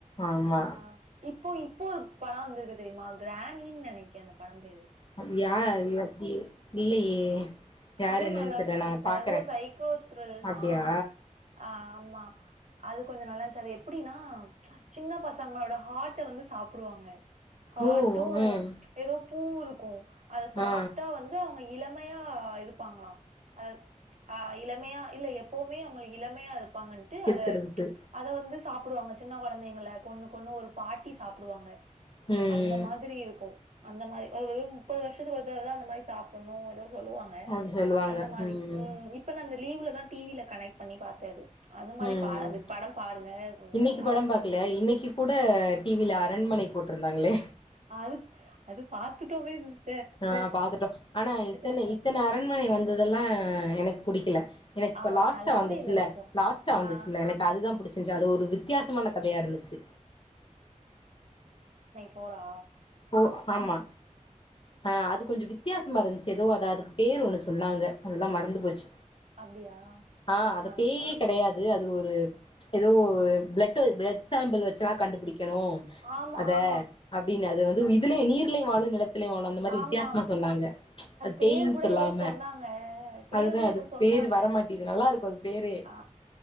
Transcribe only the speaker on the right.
ஆ இப் இப்போ இப்போ ஒரு படோ வந்தது தெரியுமா கிராணின்னு நெனைக்கே அந்த படம் பேரு
அதுவும்
நல்லா இருக்கும்
சிஸ்டர்
அதுவும் சைக்கோ த்ரில்
தா ஆ ஆமா அது கொஞ்சோ நல்லா இந்ச்சு அது எப்புடின்னா சின்ன பசங்களோட ஹாரட்ட வந்து சாப்புடுவாங்க ஹர்ட்டும்
ஏதோ ப்பூ இருக்கும் அத சாப்ட்டா
வந்து அவங்க இளமையா ப்பாங்களாம் அ ஆ இளமையா இல்லல எப்போமே அவங்களுக்கு இளமையா இரு ப்பாங்கன்ட்டு அத
அத வந்து சாப்புடுவாங்க சின்ன கொழந்தைங்கள கொண்ணு கொண்ணு ஒரு பாட்டி சாப்புடுவாங்க
அந்த மாதுரி இருக்கும் அந்த மாரி ஒரு முப்பது வருஷத்துக்கு ஒரு தடவ தா அந்த மாரி சாப்புட்ணும் ஏதோ சொல்லுவாங்க
அந்த மாரி
இப்ப நா அந்த லீவுல தா டி வில கனெக்ட் பண்ணி பாத்தே அது அந்த மாரி
பா அந்த படம் பாருங்க கொஞ்சோ
நல்லாதா
இருந்துச்சு
அதுப் அது பாத் த்துடோமே சிஸ்
பாத்துட்டோ
ஆ
நல்லாவே
இல்ல கொஞ்சோ
ஆ
போறா
அப்டியா
ஆ
ஆமா
ஆமா
அது-
ஆமா
பேர்
கூட
ஏதோ சொன்னாங்க அது பேர்
கூட
ஏதோ சொன்னாங்க
ஆ